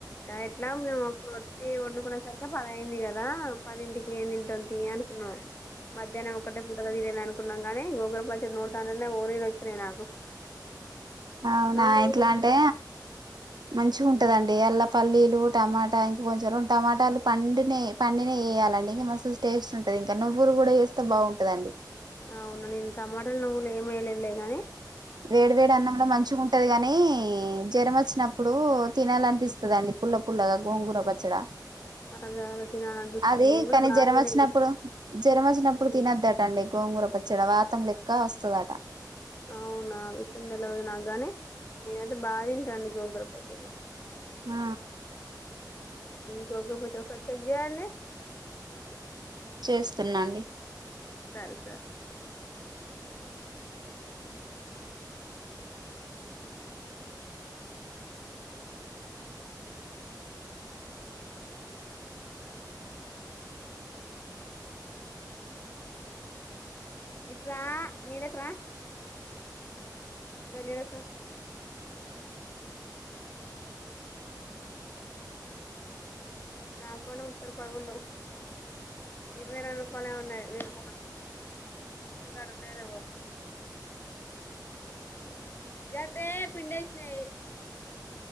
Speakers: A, on the left; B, on the right.
A: ఎట్లా మేము వచ్చి వండు సరిగ్గా పది అయింది కదా పదింటికి ఏంటి త <unintelligible> అనుకున్నాం మధ్యాహ్నం ఒక్కటే పూటగా తినేను అనుకున్నాం కాని గోంగూర పచ్చడి నూరతానే ఓరిలు వచ్చినాయి నాకు
B: అవునా
A: నోరు
B: ఎట్లా
A: ఊరింది
B: అంటే మంచిగా ఉంటదండి అల్లా పల్లీలు టమాటా ఇంకా కొంచెం రెండు టమాటాలు పండినే పండినే వేయాలండి ఇంకా మస్త్ టేస్ట్ ఉంటది ఇంకా నువ్వులు కూడా చేస్తే బాగుంటదండి
A: అవునా నేను టమాటాలు నువ్వులు ఏమి వేయలేదు లేగానే
B: వేడి వేడి అన్నంలో మంచిగా ఉంటది గాని జ్వరం వచ్చినప్పుడు తినాలనిపిస్తుందిండి పుల్ల పుల్లగా గోంగూర పచ్చడా
A: అలా అలా తినాలనిపిస్తది
B: అది
A: నేను కూడా
B: కానీ
A: బాగా
B: జ్వరం
A: తినేది
B: వచ్చినప్పుడు జ్వరం వచ్చినప్పుడు
A: ఉమ్,
B: తినొద్దట అండి గోంగూర పచ్చడ వాతం లెక్క వస్తదట
A: అవునా విష తెలవదు నాగ గానే నేనతే బా తింటాండి గోగుర పచ్చడం
B: ఆ
A: గగ ప చ ఒక చెకజయనే
B: చేస్తున్నాండి
A: సరే సార్ ఇట్రా నడకరా ఇంకా నీడక నాకుడా ముప్పై రూపళ్ళ ఇరవై రొండు రూపాలే ఉన్నాయి నేను బి తింటూ గడలేదవో గద్దే పిడి వేసినాయి